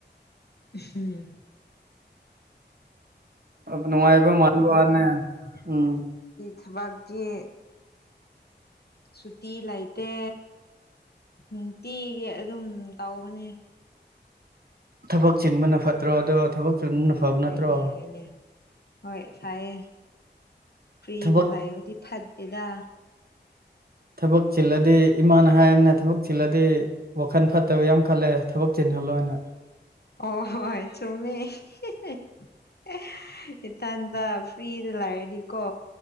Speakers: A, on the left (about 60°); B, on the right (about 55°).
A: ꯎꯝ
B: ꯅꯨꯡꯉꯥꯏꯕ ꯃꯥꯟꯕ ꯋꯥꯅꯦ ꯎꯝ
A: ꯊꯕꯛꯇꯤ ꯁꯨꯇꯤ ꯂꯩꯥꯇꯦ ꯅꯨꯡꯇꯤꯒꯤ ꯑꯗꯨꯝ ꯇꯧꯕꯅꯦ
B: ꯊꯕꯛ ꯆꯤꯟꯕꯅ ꯐꯠꯇ꯭ꯔꯣ ꯑꯗꯣ ꯊꯕꯛ ꯆꯤꯟꯕꯅ ꯐꯕ
A: ꯍꯣꯏꯅꯦ
B: ꯅꯠꯇ꯭ꯔꯣ
A: ꯍꯣꯏꯅꯦ ꯍꯣꯏ ꯐꯥꯏꯌꯦ ꯐ꯭ꯔꯤꯗ
B: ꯊꯕꯛ
A: ꯂꯕꯗꯤ ꯐꯠꯇꯦꯗ
B: ꯊꯕꯛ ꯆꯤꯜꯂꯗꯤ ꯏꯃꯥꯅ ꯍꯥꯏꯔꯝꯅ ꯊꯕꯛ ꯆꯤꯜꯂꯗꯤ ꯋꯥꯈꯜ ꯐꯠꯇꯕ ꯌꯥꯝ ꯈꯜꯂꯦ ꯊꯕꯛ ꯍꯜꯂꯣꯏ ꯑꯣꯏꯅ
A: ꯑꯣ ꯍꯣꯢ ꯆꯨꯝꯃꯦ ꯍꯦ ꯍꯦ ꯑꯦ ꯏꯊꯥꯟꯇ ꯐ꯭ꯔꯤꯗ ꯂꯥꯛꯔꯗꯤꯀꯣ